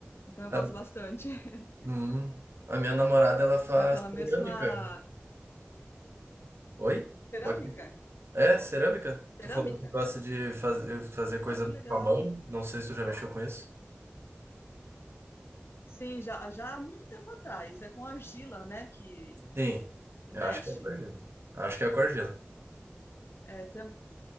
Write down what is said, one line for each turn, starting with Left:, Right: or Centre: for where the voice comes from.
Left: Então eu
Right: a,
Left: gosto bastante. <laughs>
Right: hum, a minha namorada, ela faz
Left: Naquela mesma
Right: cerâmica. Oi?
Left: cerâmica,
Right: Pode... É, cerâmica?
Left: cerâmica.
Right: Tu falou que gosta de faz, fazer coisa
Left: Ai, que legal.
Right: com a mão. Não sei se tu já mexeu com isso.
Left: Sim, já, já há muito tempo atrás. É com argila, né, que,
Right: Sim,
Left: que
Right: eu
Left: mexe.
Right: acho que é acordeon. Acho que é acordeon.
Left: É, tem,